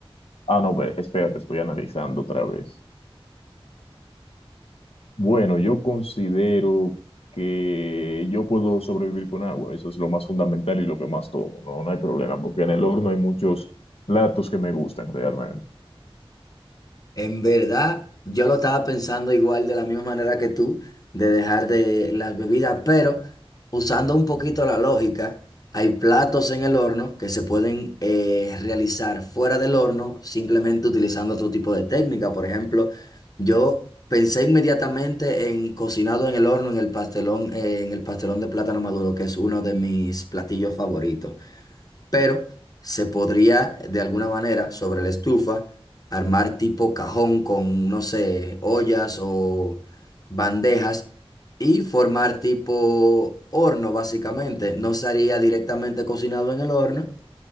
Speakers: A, on the left (about 75°); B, on the left (about 40°).
A: Ah, no, ve, espérate, estoy analizando otra vez. Bueno, yo considero que yo puedo sobrevivir con agua, eso es lo más fundamental y lo que más tomo, no, no hay problema, porque en el horno hay muchos platos que me gustan realmente.
B: En verdad, yo lo estaba pensando igual de la misma manera que tú, de dejar de las bebidas, pero usando un poquito la lógica, hay platos en el horno que se pueden eh, realizar fuera del horno simplemente utilizando otro tipo de técnica. Por ejemplo, yo pensé inmediatamente en cocinado en el horno, en el pastelón, eh, en el pastelón de plátano maduro, que es uno de mis platillos favoritos pero se podría de alguna manera sobre la estufa armar tipo cajón con, no sé, ollas o bandejas y formar tipo horno básicamente. No sería directamente cocinado en el horno,